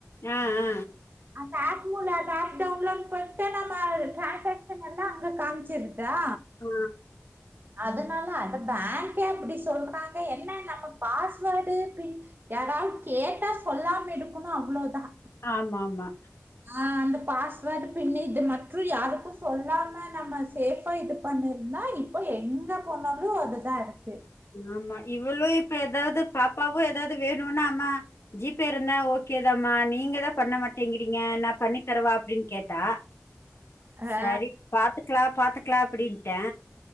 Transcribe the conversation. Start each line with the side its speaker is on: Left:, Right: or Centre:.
Left: ஆ ஆ
Right: அந்த ஆப் மூல அந்த ஆப் டவுன்லோட் குத்தா நம்ம ட்ரான்ஸாக்ஷன் நடக் நா காம்ச்சிருதா
Left: ஆ
Right: அதனால அந்த பேங்கே அப்டி சொல்றாங்க என்ன நம்ம பாஸ்வேர்டு பின் யாராவது கேட்டா சொல்லாம எடுக்கணு அவ்ளோதான்
Left: ஆமா ஆமா
Right: ஆ அந்த பாஸ்வேர்டு பின் இது மட்டு யாருக்கு சொல்லாம நம்ம சேஃபா இது பண்ணிருந்தா இப்போ எங்க போனாலு அதுதா இருக்கு
Left: ஆமா இவளு இப்ப ஏதாவது பாப்பாவும் ஏதாவது வேணுன்னா அம்மா ஜிபே இருந்தா ஓகே தாமா நீங்க தா பண்ண மாட்டேங்கிறீங்க நான பண்ணி தரவா அப்டின்னு கேட்டா சரி
Right: ஆ,
Left: பாத்துக்கலா பாத்துக்கலா அப்டின்ட்டே